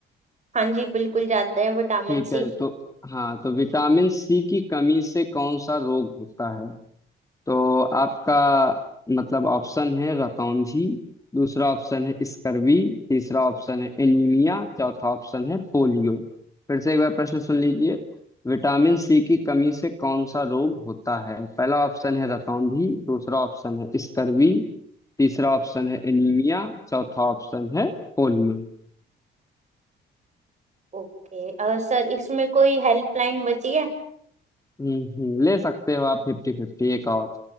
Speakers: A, on the right; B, on the left.
A: हाँ जी बिल्कुल जाते हैं विटामिन
B: ठीक
A: सी
B: है तो हाँ तो विटामिन सी की कमी से कौन सा रोग होता है तो आपका मतलब ऑप्शन है रतौंधी दूसरा ऑप्शन है स्कर्वी तीसरा ऑप्शन है एनीमिया चौथा ऑप्शन है पोलियो फिर से एक बार प्रश्न सुन लीजिए विटामिन सी की कमी से कौन सा रोग होता है पहला ऑप्शन है रतौंधी दूसरा ऑप्शन है स्कर्वी तीसरा ऑप्शन है एनीमिया चौथा ऑप्शन है पोलियो
A: ओके अ, सर इसमें कोई हेल्पलाइन बची है
B: हम्म हम्म, ले सकते हो आप फिफ्टी फिफ्टी एक और